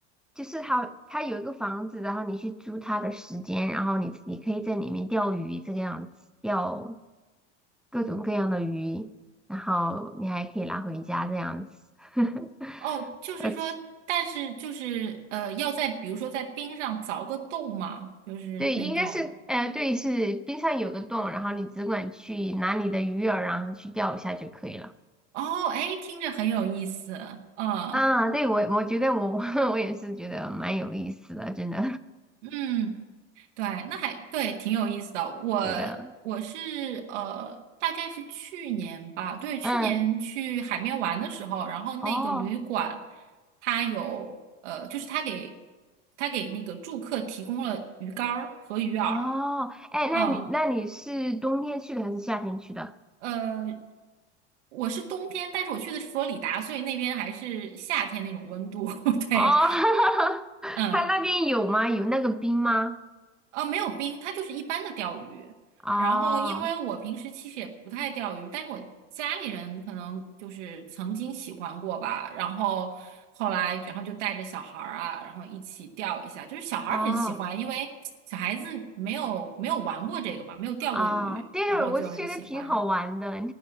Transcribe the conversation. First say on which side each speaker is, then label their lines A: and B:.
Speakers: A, in the centre; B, on the right.
A: 就是它它有一个房子，然后你去租它的时间，然后你你可以在里面钓鱼这个样子，钓各种各样的鱼，然后你还可以拿回家这样子，<laughs>
B: 哦，就是说，
A: 而且。
B: 但是就是呃，要在比如说在冰上凿个洞嘛，就是那种。
A: 对，应该是，呃，对，是冰上有个洞，然后你只管去拿你的鱼饵，然后去钓一下就可以了。
B: 哦，哎，听着很有意思。嗯
A: 啊，对，我我觉得我 <laughs> 我也是觉得蛮有意思的，真的，
B: 嗯。对，那还对，挺有意思的。我
A: <laughs> 是的，
B: 我是呃，大概是去年吧，对，去年去海边玩的时候，
A: 嗯，
B: 然后那个旅馆
A: 哦
B: 它有呃，就是它给它给那个住客提供了鱼竿儿和鱼饵，
A: 哦，哎，
B: 嗯，
A: 那你那你是冬天去的还是夏天去的？
B: 呃，我是冬天，但是我去的是佛罗里达，所以那边还是夏天那种温度，<laughs> 对，
A: 哦，<laughs>
B: 嗯。
A: 他那边有吗？有那个冰吗？
B: 呃，没有冰，它就是一般的钓鱼。
A: 哦
B: 然后，因为我平时其实也不太钓鱼，但是我家里人可能就是曾经喜欢过吧。然后后来，然后就带着小孩儿啊，然后一起钓一下。就是小孩儿很喜欢，
A: 哦
B: 因为小孩子没有没有玩过这个嘛，没有钓过鱼，
A: 啊，对，
B: 然后就很喜欢。
A: 我就觉得挺好玩的。